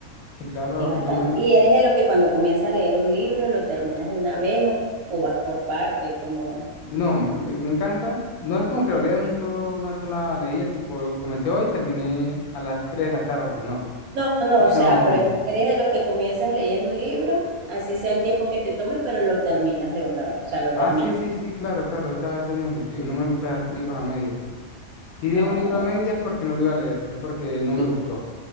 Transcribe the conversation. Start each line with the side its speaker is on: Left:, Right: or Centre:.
Left: Sí, claro,
Right: Es bastante.
Left: yo me...
Right: Y eres de los que cuando comienza a leer un libro lo terminas de una vez o, o vas por parte, como...
Left: No, me, me- me encanta. No es como que lo lea en un solo, una sola leída, tipo, comencé hoy y terminé a las 3 de la tarde, no.
Right: No, no, no,
Left: Sino
Right: o sea, pero es- eres de los que comienzas leyendo un libro, así sea el tiempo que te tome, pero lo terminas de una vez, o sea, lo
Left: Ah,
Right: terminas.
Left: sí, sí, sí, claro, claro, esa- ese es mi objetivo. No me gusta dar libros a medias. Si de
Right: Ah,
Left: un libro a medias es porque no lo iba a leer, es porque no me
Right: ¿y,
Left: gustó.